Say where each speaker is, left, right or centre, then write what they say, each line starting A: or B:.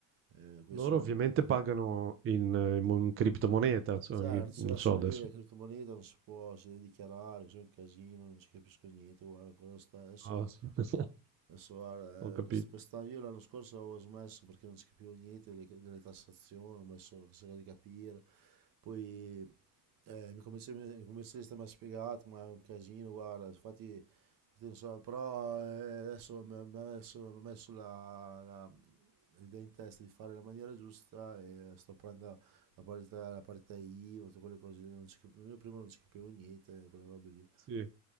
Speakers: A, on the right; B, on the right.
A: eh, quei
B: Loro
A: soldi
B: ovviamente
A: in più.
B: pagano in, eh, in mon- criptomoneta, insomma,
A: Certo,
B: che-
A: se
B: non
A: adesso
B: so adesso.
A: lì la criptomoneta non si può, si deve dichiarare, così è un casino, non ci capisco niente, guarda, ancora sta- adesso
B: Ah, sì. <laughs>
A: Adesso guarda,
B: Ho capito.
A: eh, quest- quest'anno, io l'anno scorso avevo smesso perché non si capivo niente delle, delle tassazioni, ho messo a cercare di capire. Poi eh, il mio commerci- il commercialista mi ha spiegato, ma è un casino, guarda, infatti, infatti non so, però eh, adesso mi ha mi ha messo, mi ha messo la, la- l'idea in testa di fare la maniera giusta e sto prendendo la parità, la parità IVA, tutte quelle cose lì, non si cap- io prima non ci capivo niente, quelle robe lì,
B: Sì.